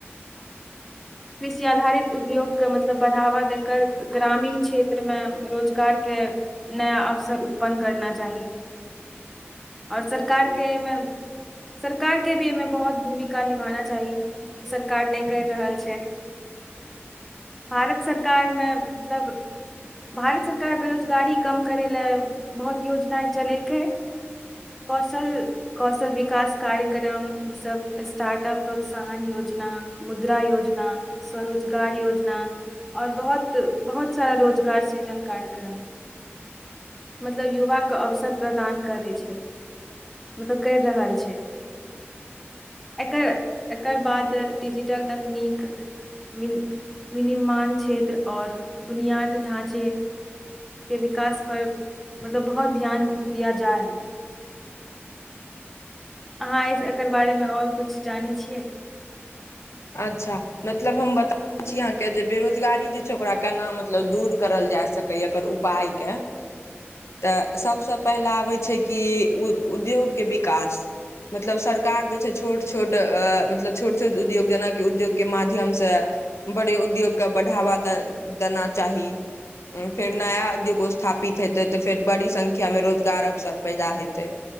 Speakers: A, on the left (about 85°); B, in the centre.
A: <inaudible>
B: कृषि आधारित उद्योग के मतलब बढ़ावा देकर ग्रामीण क्षेत्र मे रोजगार के नया अवसर उत्पन्न करना चाही
A: <unintelligible>
B: आओर सरकारके एमे सरकार के भी एमे बहुत भूमिका निभाना चाही जे सरकार नहि करि रहल छै
A: <unintelligible>
B: भारत सरकारमे मतलब भारत सरकार बेरोजगारी कम करय लए बहुत योजना चलेलकै कौशल कौशल विकास कार्यक्रम ई सब स्टार्टअप प्रोत्साहन योजना मुद्रा योजना सरो रोजगार योजना आओर बहुत बहुत सारा रोजगार सृजन कार्यक्रम मतलब युवाके अवसर प्रदान करै छै मतलब करि रहल छै
A: <unintelligible>
B: एकर एकर बाद डिजिटल तकनीक वि विनिर्माण क्षेत्र आओर बुनियाद ढाँचे के विकास पर मतलब बहुत ध्यान दिया जाय
A: <inaudible>
B: अहाँ एकर बारेमे और किछु जानै छियै
A: अच्छा मतलब हम बता छी आहां के जे बेरोजगारी जे छै ओकरा केना मतलब दूर करल जाय सक सकैया एकर उपाय के तऽ सबसे पहिल आबै छै कि उद्योग के विकास मतलब सरकार जे छै छोट छोट मतलब छोट छोट उ उद्योग जेनाकि उद्योग के माध्यम से बड़े उद्योग के बढ़ावा दना चाही फेर नया उद्योग स्थापित हेतै तऽ फेर बड़ी संख्या मे रोजगार अवसर पैदा हेतै